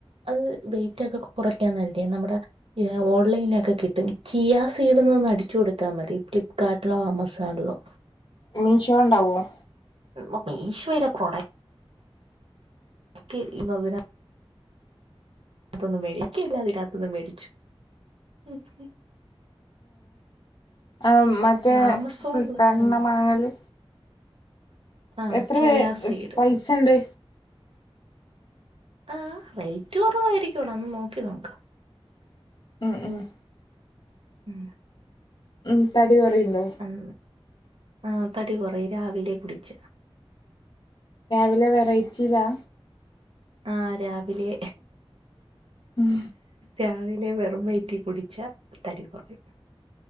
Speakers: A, on the right; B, on the left.
A: അത് വെയിറ്റ് ഒക്കെ കുറയ്ക്കാൻ വരില്ലേ നമ്മുടെ ഓൺലൈനിലൊക്കെ കിട്ടും ചിയാ സീഡുന്ന് ഒന്ന് അടിച്ച് കൊടുത്താ മതി ഫ്ലിപ്കാർട്ടിലോ ആമസോണിലോ
B: മീഷോ ഉണ്ടാവുവോ
A: ഉം മ മീശോയിലെ പ്രൊഡ ക്ക് ഈഹ് <unintelligible> ഇങ്ങൻത്തൊന്നും മേടി അക്കിയില്ല വരാത്തത് മേടിച്ചു ഉം ഉം
B: ഏഹ് മറ്റേ
A: ആമസോണിലൊക്കെല്ല
B: ഫ്ലിപ്കാ <unintelligible> ർട്ടീന്ന വാങ്ങല്
A: ആഹ്
B: എത്ര
A: ചിയാ
B: വേ
A: സീഡ്
B: പൈസ ഒണ്ട്
A: ആഹ് റേറ്റ് കൊറവായിരിക്കൂടാ ഒന്ന് നോക്കി നോക്ക്
B: ഏഹ് ഏഹ്
A: ഉം
B: ഉം തടി കൊറിണ്ടോ
A: ഉം ആഹ് തടി കൊറയും രാവിലെ കുടിച്ച
B: രാവിലെ വെറൈറ്റിയിലാ
A: ആഹ് രാവിലെ
B: ഉം
A: രാവിലെ വെറും വയറ്റിൽ കുടിച്ച തടി കൊറയും